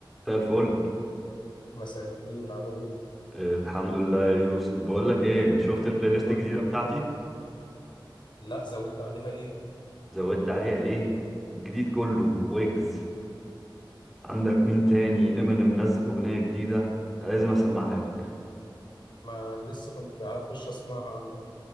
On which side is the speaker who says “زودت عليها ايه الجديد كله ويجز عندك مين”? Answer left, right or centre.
Centre